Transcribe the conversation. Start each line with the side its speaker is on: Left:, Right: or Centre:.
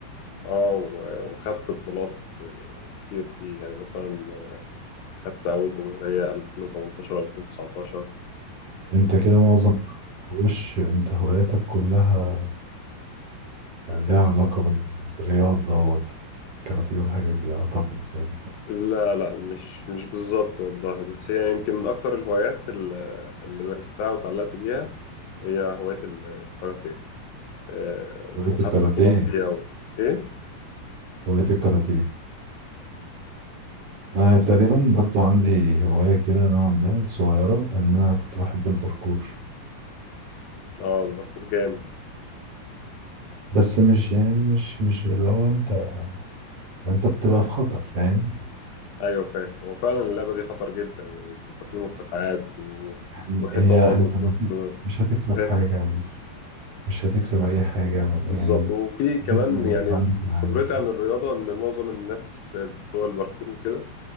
Left: أه و- وخدت بطولات آه، كتير فيه يعني مثلا خدت أول جمهورية 2018 2019
Right: أنت كده معظم وش أنت هواياتك كلها لها علاقة بال- بالرياضة والكاراتيه والحاجات دي أعتقد زي دي
Left: لا لا مش مش بالظبط والله بس هي يمكن من أكتر الهوايات ال- اللي مارستها وتعلقت بيها هي هواية ال- الكاراتيه آه، وخدت
Right: هواية الكاراتيه
Left: بطولات فيها و... إيه؟
Right: هواية الكاراتيه أنا
Left: بس-
Right: تقريبا برضو عندي هواية كده نوعا ما صغيرة إن أنا كنت بحب الباركور
Left: آه الباركور جامد
Right: بس مش يعني مش مش اللي هو أنت أنت بتبقى في خطر فاهم
Left: أيوه فاهم هو فعلا اللعبة دي خطر جدا يعني بتبقى فيه مرتفعات و...
Right: يعني
Left: وحيطان
Right: هي أنت
Left: وتنط
Right: ما في مش هتكسب
Left: فاهم
Right: حاجة مش مش هتكسب أي حاجة
Left: بالظبط
Right: يعني
Left: وفي كمان
Right: مجرد إن أنت
Left: يعني
Right: يبقى عندك
Left: من
Right: معايا
Left: خبرتي عن الرياضة إن معظم الناس بتوع الباركور وكده